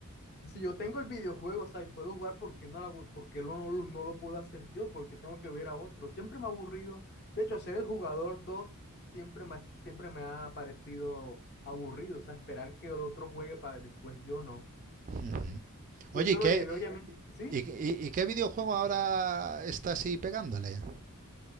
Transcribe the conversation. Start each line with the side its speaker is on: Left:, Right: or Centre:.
Left: Si yo tengo el videojuego, o sea, y puedo jugar, ¿por qué no lo hago- por qué lo- no, lo- no lo puedo hacer yo? Porque tengo que ver a otros. Siempre me ha aburrido. De hecho, ser el jugador 2 siempre me, ha- siempre me ha parecido aburrido. O sea, esperar que el otro juegue para después yo no.
Right: Ujú.
Left: Y
Right: Oye,
Left: eso
Right: ¿y qué,
Left: lo llevé, obviamente. Sí,
Right: y, y- y qué videojuego ahora está así pegándole?